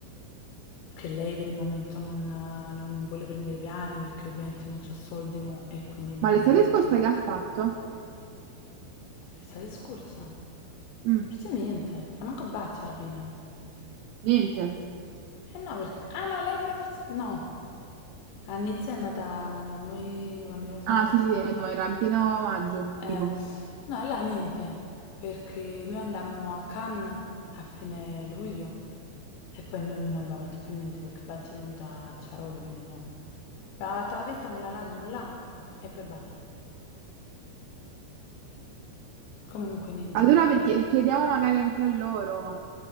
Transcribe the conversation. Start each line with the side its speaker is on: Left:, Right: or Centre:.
Left: che lei per il momento non, non vuole prendere piani perché ovviamente non c'ha soldi mo e quindi non...
Right: Ma l'estate scorsa che ha fatto?
Left: L'estate scorsa?
Right: Mm,
Left: Forse niente, ma manco Bazzi alla fine.
Right: niente.
Left: Eh no, perché... Ah no, lei però forse... No. A Nizza è andata quando noi... quando io sono
Right: Ah,
Left: andata...
Right: sì, sì, eh, no, era in pieno maggio, tipo.
Left: Eh, no, là niente, perché noi andammo a Cannes a fine luglio e poi noi non abbiamo fatto più niente perché Bazzi è venuta a Ciaroli, quindi no. Abbiamo fatto la festa quella là giù là e poi basta. Comunque niente.
Right: Allora perché- chiediamo magari anche a loro